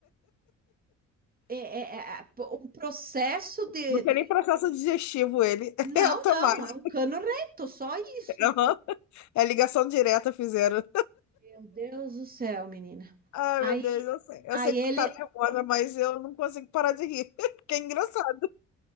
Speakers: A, on the right; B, on the left.
A: É, é- é- é um processo de,
B: Não
A: de-
B: tem nem processo digestivo ele.
A: Não,
B: <laughs> É automático.
A: não, é um cano reto, só isso.
B: Aham. É ligação direta fizeram.
A: Meu Deus do céu, menina.
B: Ai,
A: Aí,
B: meu Deus, eu sei, eu
A: aí
B: sei que
A: ele,
B: tu tá nervosa, mas eu não consigo parar de rir, <laughs> Que é engraçado.